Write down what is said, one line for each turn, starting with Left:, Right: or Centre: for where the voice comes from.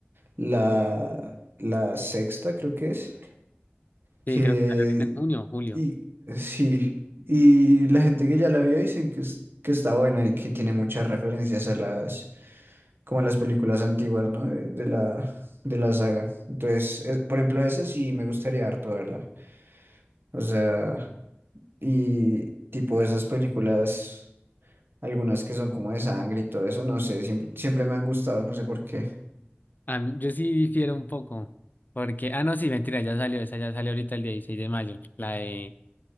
Right: la, la sexta, creo que es,
Left: Sí,
Right: que
Left: creo que sale ahorita en junio o julio.
Right: y sí, y la gente que ya la vio dicen que, es- que está buena y que tiene muchas referencias a las, como a las películas antiguas, ¿no? De, de la, de la saga. Entonces, es- por ejemplo, esa sí me gustaría harto verla. O sea, y tipo esas películas. Algunas que son como de sangre y todo eso, no sé, siempre, siempre me han gustado, no sé por qué.
Left: A mí- yo sí difiero un poco, porque, ah, no, sí, mentira, ya salió esa, ya salió ahorita el 16 de mayo, la de,